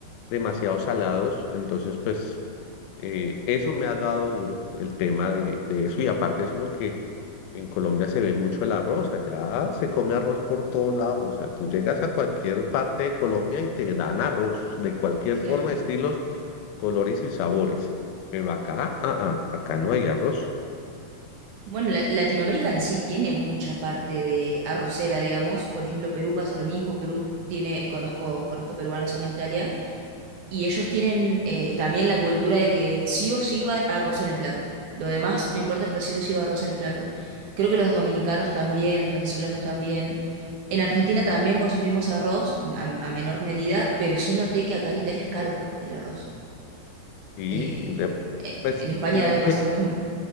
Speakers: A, on the left; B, on the right.
A: demasiado salados, entonces pues eh, eso me ha dado duro el tema de, de eso y aparte de eso porque en Colombia se ve mucho el arroz, allá se come arroz por todos lados, o sea, tú llegas a cualquier parte de Colombia y te dan arroz de cualquier
B: claro.
A: forma, estilos, colores y sabores, pero acá, ah, ah, acá no hay arroz
B: Bueno, la- Latinoamérica en sí tiene mucha parte de arrocera, digamos. Por ejemplo, Perú pasa lo mismo. Perú tiene, conozco, conozco peruanos acá en Italia, y ellos tienen eh, también la cultura de que sí o sí va arroz en el plato. Lo demás no importa, pero sí o sí va arroz en el plato. Creo que los dominicanos también, los venezolanos también. En Argentina también consumimos arroz a a menor medida, pero sí noté que acá en Italia es caro el arroz.
A: y
B: Eh,
A: de-
B: eh,
A: pues
B: en España
A: mira
B: debe
A: que
B: pasar lo mismo.